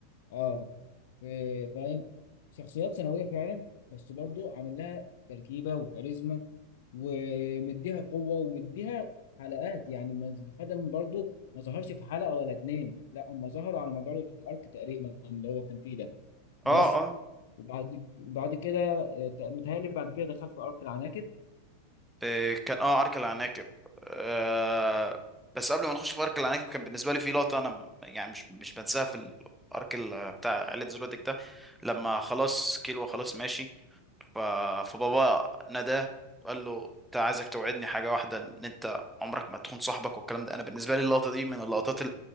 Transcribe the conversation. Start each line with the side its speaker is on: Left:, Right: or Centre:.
Left: اه إيه، فاهم شخصيات ثانويه فعلا بس برضو عامل لها تركيبه وكاريزما ومديها قوه ومديها حلقات يعني ما خدم برضو ما ظهرش في حلقه ولا اتنين لا هم ظهروا على مدار الارك تقريبا اللي هو كان فيه ده بس
Centre: اه اه
Left: وبعد بعد كده آه، متهيألي بعد كده دخل في ارك العناكب
Centre: إيه، كان اه عرك العناكب آه بس قبل ما نخش في عرك العناكب كان بالنسبه لي في لقطه انا م- يعني مش مش بنساها في الارك ال- بتاع عائله زلوتك ده لما خلاص كيلو خلاص ماشي ف... فبابا ناداه وقال له انت عايزك توعدني حاجه واحده ان انت عمرك ما تخون صاحبك والكلام ده انا بالنسبه لي اللقطه دي من اللقطات